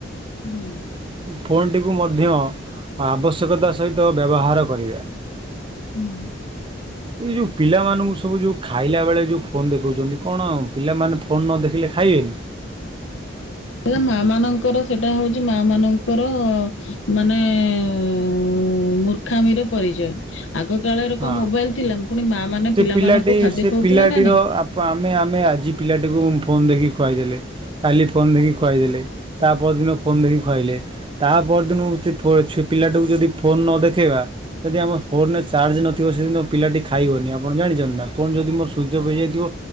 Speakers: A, on the left (about 80°); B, on the right (about 25°).
A: ହୁଁ।
B: ଫୋନ୍ ଟିକୁ ମଧ୍ୟ ଆବଶ୍ୟକତା ସହିତ ବ୍ୟବହାର କରିବା।
A: <inaudible>
B: ଏଇ ଯୋଉ ପିଲାମାନଙ୍କୁ ସବୁ ଯୋଉ ଖାଇଲା ବେଳେ ଯେଉଁ ଫୋନ୍ ଦେଖଉଛନ୍ତି। କଣ ପିଲାମାନେ ଫୋନ୍ ନ ଦେଖିଲେ ଖାଇବେନି।
A: ମା ମାନଙ୍କର ସେଟା ହଉଛି। ମା ମାନଙ୍କର ମାନେ ମୁ ମୁର୍ଖାମିର ପରିଚୟ ଆଗ କାଳରେ
B: ହଁ
A: କଣ ମୋବାଇଲ ଥିଲା ପୁଣି ମା ମାନେ
B: ସେ
A: ପିଲାମାନଙ୍କୁ
B: ପିଲାଟି
A: ଖାଦ୍ୟ
B: ସେ
A: ଖଉଥିଲେ
B: ପିଲାଟିର
A: ନା ନାଇଁ
B: ଆପ୍ ଆମେ ଆମେ ଆଜି ପିଲାଟିକୁ ଫୋନ୍ ଦେଖିକି ଖୁଆଇଦେଲେ କାଲି ଫୋନ୍ ଦେଖିକି ଖୁଆଇଦେଲେ ତା ପରଦିନ ଫୋନ୍ ଦେଖିକି ଖୁଆଇଲେ ତା ପରଦିନ ସେ ପିଲାଟାକୁ ଯଦି ଫୋନ ନ ଦେଖେଇବା ଯଦି ଆମ ଫୋନରେ ଚାର୍ଜ ନଥିବ ସେଦିନ ପିଲାଟି ଖାଇବନି ଆମ ଆପଣ ଜାଣିଛନ୍ତ ନା ପୁଣି ଯଦି ମୋର ସୁଇଚ୍ ଅଫ୍ ହେଇଯାଇଥିବ